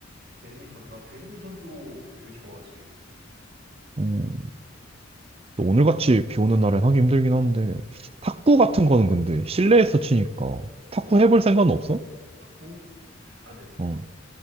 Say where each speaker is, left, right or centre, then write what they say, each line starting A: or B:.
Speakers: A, on the right; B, on the right.
A: 배드민턴, 나 배드민턴도 되게 좋아하지.
B: 음, 또 오늘같이 비 오는 날엔 하기 힘들긴 한데 탁구 같은 거는 근데 실내에서 치니까 탁구
A: 어,
B: 해볼 생각은 없어?
A: 어? 아, 네.
B: 어,